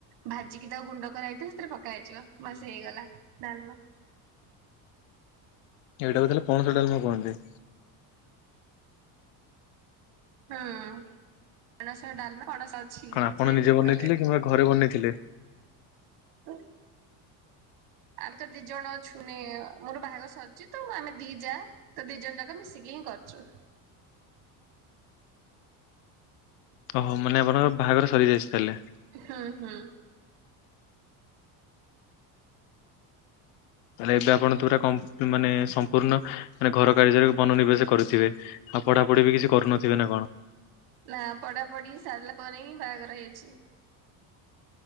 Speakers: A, on the right; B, on the left.
A: ଭାଜିକି ତା ଗୁଣ୍ଡ କର ହେଇଥିବ ସେଥିରେ ପକା ହେଇଯିବ ବସ ହେଇଗଲା ଡାଲମା।
B: ଏଇଟା ତାହେଲେ ପଣସ ଡାଲମା କହନ୍ତି
A: ହୁଁ ପଣସ ଡାଲମା ପଣସ ଅଛି
B: କଣ ଆପଣ ନିଜେ ବନେଇଥିଲେ
A: କରିବାକୁ।
B: କିମ୍ବା ଘରେ ବନେଇଥିଲେ?
A: ହୁଁ ଆମେ ତ ଦି ଜଣ ଛୁନି ମୋର ବାହାଘ ସରିଛି ତ ଆମେ ଦି ଯା? ତ ଦି ଜଣ ଯାକ ମିଶିକି ହିଁ କରୁଛୁ।
B: ଓହୋ ମାନେ ଆପଣଙ୍କର ବାହାଘର ସରିଯାଇଛି ତାହେଲେ।
A: ହୁଁ ହୁଁ।
B: ଲେ ଏବେ ଆପଣ ପୁରା ମାନେ ସମ୍ପୂର୍ଣ୍ଣ ମାନେ ଘର କାର୍ଯ୍ୟରେ ବନନିବେଶ? କରିଥିବେ ଆଉ ପଢାପଢି ବି କିଛି କରୁନଥିବେ ନା କଣ।
A: ନା ପଢା ପଢି ସାରିଲା ପରେ ହିଁ ବାହାଘର ହେଇଛି।